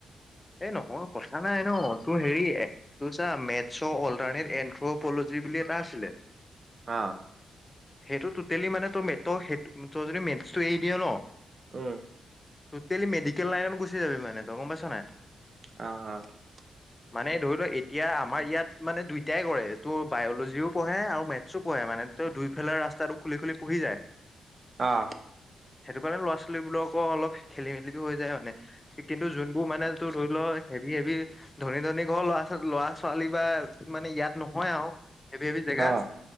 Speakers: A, on the left (about 20°); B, on the right (about 45°).
A: এ নহয় কথা নাই নহ, তোৰ হেৰি তোৰ চা মেথছৰ অল্টাৰনেট এনথ্ৰপলজি বুলি এটা আছিলে।
B: আ
A: সেইটোতো টুটেলি মানে তোৰ মেটৰ সে, ‌ তই যদি মেথছটো এৰি দিয় নহ
B: উম
A: তোটেলি মেডিকেল লাইনত গুচি যাবি মানে তই গম পাইছ নাই।
B: অহ, অহ
A: মানে ধৰি লোৱা, এতিয়া আমাৰ ইয়াত মানে দুইটাই কৰে তো বায়লজিও পঢ়ে আৰু মেথছো পঢ়ে মানে, দুইফালৰ ৰাস্তাটো খুলি খুলি পঢ়ি যায়।
B: অহ
A: সেইটো কাৰণে ল'ৰা ছোৱালীবোৰকো অলপ খেলি মেলি হৈ যায় মানে, কিন্তু যোনবোৰ মানে তোৰ ধৰি ল‌ হেভী হেভী ধনী ধনী ঘৰৰ লৰা ছোৱালী, ল'ৰা ছোৱালী বা মানে ইয়াত নহয় আৰু হেভী হেভী‌ জেগাত
B: অ